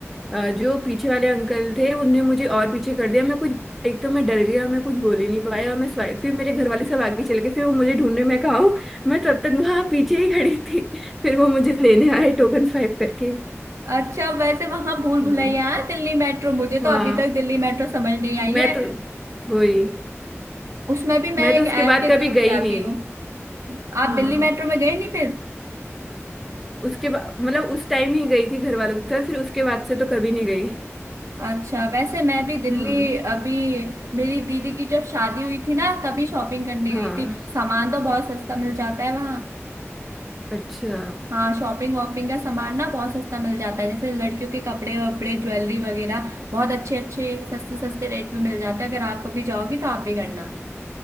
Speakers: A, in the centre; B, on the right.
A: अ, जो पीछे वाले अंकल थे उनने मुझे और पीछे कर दिया मैं कुछ एक तो मैं डर गई और मैं कुछ बोल ही नहीं पाई और मैं स्वाइप फिर मेरे घर वाले सब आगे चले गए फिर वो मुझे ढूंढने में कहा हूँ मैं तब तक वहां पीछे ही खड़ी थी <laughs> फिर वो मुझे लेने आए टोकन स्वाइप करके
B: अच्छा वैसे वहां भूल
A: हाँ
B: भुलैया है दिल्ली मेट्रो मुझे तो
A: हाँ,
B: अभी तक दिल्ली मेट्रो समझ नहीं आई
A: मैं
B: है
A: तो वही
B: उसमें भी मैं
A: मैं
B: एक
A: तो उसके बाद
B: ऐप के
A: कभी
B: थ्रू ही
A: गई
B: जाती
A: नहीं
B: हूँ आप
A: हाँ
B: दिल्ली मेट्रो में गए नहीं फिर
A: उसके बाद मतलब उस टाइम ही गई थी घर वालों के साथ फिर उसके बाद से तो कभी नहीं गई
B: अच्छा वैसे मैं भी दिल्ली
A: हाँ
B: अभी मेरी दीदी की जब शादी हुई थी ना तभी शॉपिंग करने
A: हाँ
B: गई थी सामान तो बहुत सस्ता मिल जाता है वहाँ
A: अच्छा
B: हाँ शॉपिंग वॉपिंग का सामान ना बहुत सस्ता मिल जाता है जैसे लड़कियों के कपड़े वपड़े ज्वेलरी वगैरह बहुत अच्छे अच्छे सस्ते सस्ते रेट में मिल जाते हैं अगर आप कभी जाओगी तो आप भी करना